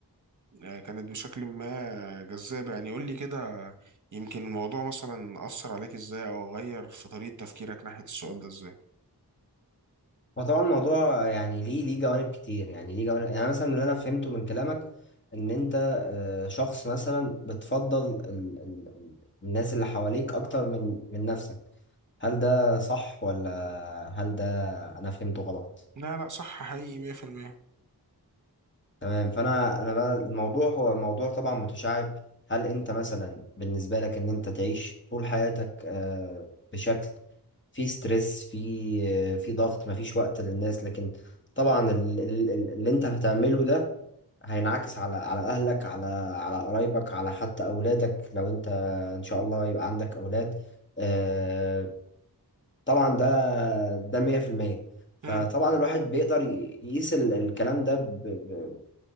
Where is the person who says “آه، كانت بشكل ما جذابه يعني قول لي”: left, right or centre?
Right